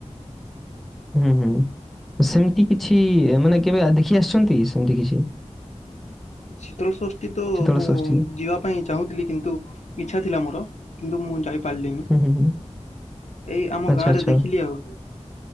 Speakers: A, in the centre; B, on the left (about 65°).
A: ହୁଁ ହୁଁ। ସେମିତି କିଛି ମାନେ କେବେ ଆ ଦେଖି ଆସିଛନ୍ତି କି? ସେମିତି କିଛି।
B: ଶୀତଳଷଷ୍ଠୀ ତ
A: ଶୀତଳ
B: ମୁଁ
A: ଷଷ୍ଠୀ?
B: ଯିବା ପାଇଁ ଚାହୁଁଥିଲି। କିନ୍ତୁ ଇଚ୍ଛା ଥିଲା ମୋର, କିନ୍ତୁ ମୁଁ ଯା ପାରିଲିନି।
A: ହୁଁ ହୁଁ ହୁଁ
B: ଏଇ ଆମ
A: ଆଚ୍ଛା
B: ଗାଁରେ
A: ଆଚ୍ଛା
B: ଦେଖିଲି ଆଉ।